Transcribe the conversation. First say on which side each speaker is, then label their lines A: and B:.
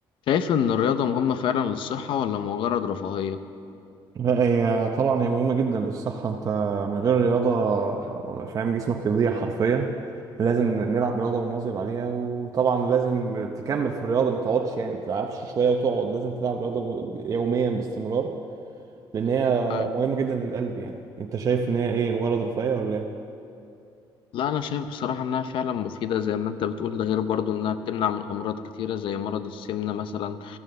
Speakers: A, on the left; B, on the right.
A: شايف إن الرياضة مهمة فعلا للصحة ولا مجرد رفاهية؟
B: لا هي طبعا هي مهمة جدا للصحة انت من غير رياضة فاهم جسمك يضيع حرفيا لازم نلعب رياضة ونواظب عليها وطبعا لازم تكمل في الرياضة ما تقعدش يعني ما تلعبش شوية وتقعد لازم تلعب رياضة يوميا باستمرار لأن هي
A: طيب.
B: مهمة جدا للقلب يعني انت شايف ان هي ايه مجرد رفاهية ولا ايه؟
A: لا أنا شايف بصراحة إنها فعلا مفيدة زي ما أنت بتقول ده غير برضو إنها بتمنع من أمراض كتيرة زي مرض السمنة مثلا